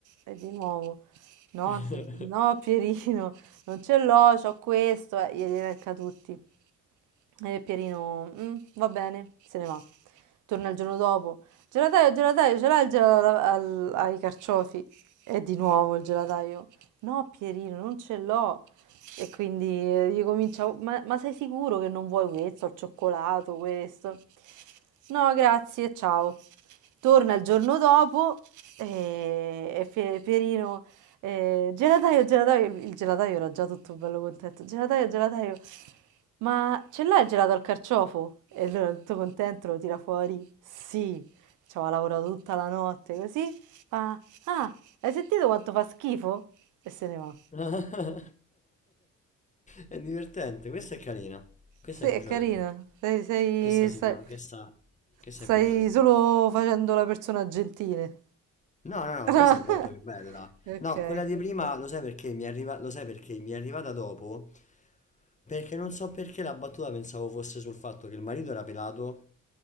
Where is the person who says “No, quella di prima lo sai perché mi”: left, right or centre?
Left